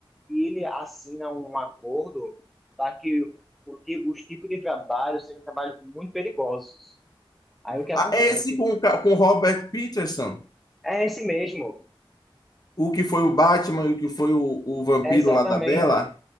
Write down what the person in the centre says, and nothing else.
E ele assina um acordo para que o ti- os tipos de trabalho sejam trabalhos muito perigosos. Aí o que acontece?
É esse mesmo,
é exatamente.